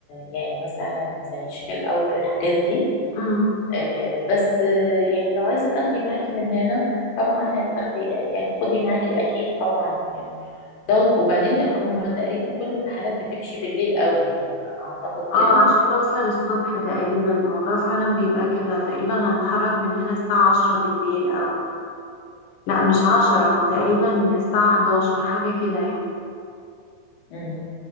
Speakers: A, on the left (about 85°); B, on the left (about 65°).
A: يعني مثلا زي شيل اوت والحاجات دي
B: مم.
A: آه، بس آه، يعني لو عايزة تاخدي معاكي من هنا طبعا هتاخدي يعني خدي معاكي أكيد طبعا يعني دوت وبعدين هم تقريبا كل الرحلات بتمشي بالليل قوي يعني أعتقد
B: اه
A: كده
B: عشان نوصل الصبح تقريبا الموضوع فعلا بيبقى كده تقريبا هنتحرك من هنا الساعة عشرة بالليل او لا مش عشرة تقريبا الساعة حداشر حاجة كده يعني
A: مم.